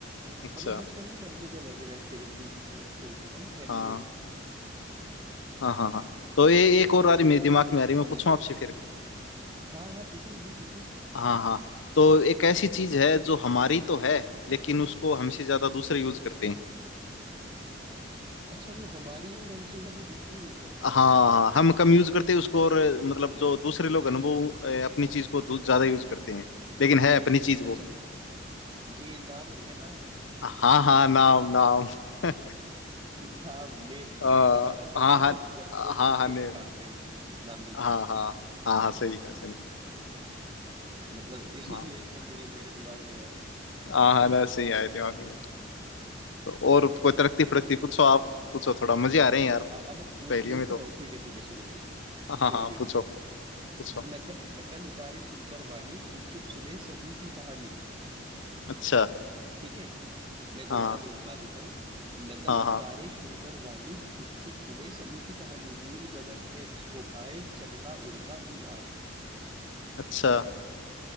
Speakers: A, on the left; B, on the right.
A: अच्छा
B: मतलब बचपन में करते थे हम ऐसे बैठ के जब भी ऐसे होते थे ना फैमिली
A: हाँ
B: में भी
A: हाँ हाँ हाँ तो ये एक और आ रही मेरे दिमाग में आ रही
B: बस
A: मैं
B: यही
A: पूछूं
B: चीज
A: आपसे फिर
B: हाँ हाँ पूछो बिल्कुल पूछो
A: हाँ हाँ तो एक ऐसी चीज है जो हमारी तो है लेकिन उसको हमसे ज्यादा दूसरे यूज करते हैं
B: अच्छा वो हमारी है और हमसे ज्यादा दूसरी यूज करते हैं
A: हाँ हम कम यूज करते हैं उसको और मतलब जो दूसरे लोग हैं ना, वो अ, अपनी चीज को दू- ज्यादा यूज करते हैं लेकिन है अपनी चीज वो
B: अच्छा ये नाम है क्या नाम
A: हाँ हाँ नाम नाम <laughs>
B: नाम नेम
A: अ,
B: हाँ हमारा नेम
A: हाँ
B: है ना
A: हाँ
B: और ज्यादातर
A: हाँ
B: दूसरे
A: हाँ नेम
B: पुकारते हैं हमें नाम लेके
A: हाँ हाँ हाँ हाँ सही है सही है।
B: मतलब <laughs>
A: हाँ
B: ये एकदम मुझे मेरे दिमाग में आया है।
A: हाँ हाँ ना सही आए दिमाग में तो और कोई तरक्की फड़कती पूछो आप पूछो थोड़ा मजे आ रहे हैं यार
B: हाँ मैं पूछ
A: पहेलियों
B: पूछ
A: में तो
B: रहा हूँ ठीक है ठीक है सुनो फिर
A: हाँ हाँ
B: सुनो
A: हाँ,
B: फिर
A: पूछो पूछो
B: नकल नकल उतारे सुनकर वाणी चुप चुप सुने सभी की कहानी
A: अच्छा
B: ठीक है मैं दोबारा
A: हाँ
B: दोहरा देता हूँ नकल
A: हाँ हाँ
B: उतारे सुनकर वाणी चुप चुप सुने सभी की कहानी नील गगन है इसको भाए चलना उड़ना भी आए
A: अच्छा